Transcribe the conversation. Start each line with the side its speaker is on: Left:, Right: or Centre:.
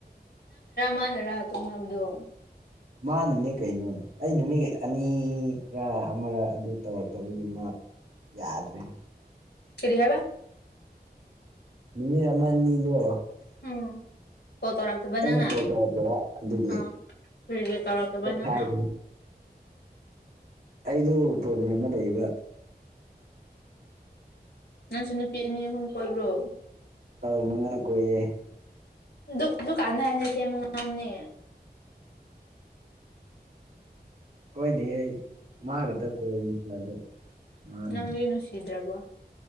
Left: ꯃꯅ ꯔ ꯇꯣꯛꯅꯕꯗꯨ
Right: ꯃꯥꯅꯅꯦ ꯀꯩꯅꯣ ꯑꯩꯅ ꯃꯤ ꯑꯅꯤꯔ ꯑꯃꯔ ꯑꯗꯨ ꯇꯧꯔꯛꯇꯕꯒꯤ ꯃꯥ ꯌꯥꯗ꯭ꯔꯦ
Left: ꯀꯔꯤ ꯍꯥꯏꯕ
Right: ꯅꯨꯃꯤꯠ ꯑꯃ ꯑꯅꯤꯗꯣ
Left: ꯎꯝ ꯀꯣꯜ ꯇꯧꯔꯥꯛꯇꯕꯅꯪꯅ
Right: ꯑꯩꯅ ꯀꯣꯜ ꯇꯧꯔꯛꯄ ꯑꯗꯨꯒꯤ
Left: ꯑꯥ ꯀꯔꯤꯒꯤ ꯇꯧꯔꯛꯇꯕ
Right: ꯄꯣꯊꯥꯏꯕꯅꯤ
Left: ꯅꯪꯅ
Right: ꯑꯩꯗꯨ ꯄ꯭ꯔꯣꯕ꯭ꯂꯦꯝ ꯑꯃ ꯂꯩꯕ
Left: ꯅꯪꯁꯨ ꯅꯨꯄꯤ ꯑꯅꯤ ꯑꯍꯨꯝ ꯀꯣꯏꯕ꯭ꯔꯣ
Right: ꯑꯥꯎ ꯃꯉꯥ ꯀꯣꯏꯌꯦ
Left: ꯗꯨ ꯗꯨ ꯀꯥꯟꯗ ꯍꯥꯏꯕꯅꯦ ꯑꯁꯦꯡꯕ ꯉꯥꯡꯎꯅꯦ
Right: ꯀꯣꯏꯗꯦꯍꯦ ꯑꯩ ꯃꯥ ꯈꯛꯇ ꯀꯣꯏꯕꯅꯤ ꯑꯗꯣ ꯃꯥꯅ
Left: ꯅꯪꯗꯤ ꯅꯨꯡꯁꯤꯗ꯭ꯔꯥꯕꯣ